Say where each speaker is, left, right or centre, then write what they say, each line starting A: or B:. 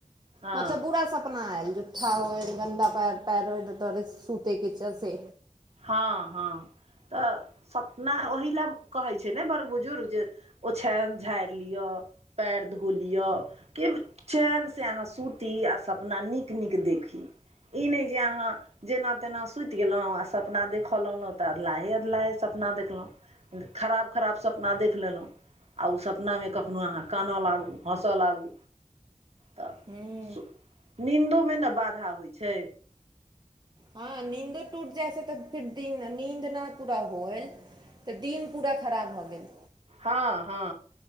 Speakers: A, on the right (about 55°); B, on the right (about 35°).
A: हँ
B: मतलब बुरा सपना आयल जे ठा होय गन्दा पैर- पैर ओय तऽ तोरे सूते किजैै से
A: हँ हँ तऽ सपना ओहि लए कहै छै ने बड़ बुजुर्ग जे ओछानि झाड़ि लिअ पएर धो लिअ की चेनसे अहाँ सुती आ सपना नीक नीक देखी। ई नय जे अहाँ जेना तेना सुति गेलौं आ। सपना देखऽ लगलौं तऽ अदलाहे अदलाहे सपना देखलौं खराब खराप सपना देख लेलौं। आ उ सपनामे कखनहु अहाँ कानय लागू हँसय लागू तऽ
B: हूँ
A: सु नीन्दोमे न बाधा होइ छै।
B: हँ नीन्दे टूट जाइ छै तऽ फिर दिन नींन्द न पूरा होएल तऽ दिन पूरा खराब भऽ गेल
A: हँ हँ